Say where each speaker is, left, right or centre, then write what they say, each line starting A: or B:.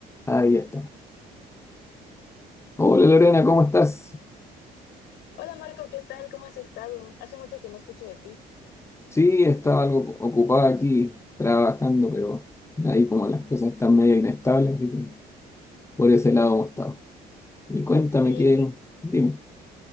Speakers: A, on the left; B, on the left.
A: Ahí está. Hola Lorena, ¿cómo estás?
B: Hola Marco, ¿qué tal? ¿Cómo has estado? Hace mucho que no escucho de ti.
A: Sí, estaba algo ocupada aquí trabajando, pero ahí como las cosas están medio inestables, así que por ese lado hemos estado. Y cuéntame
B: Oye,
A: qué,
B: que-
A: dime.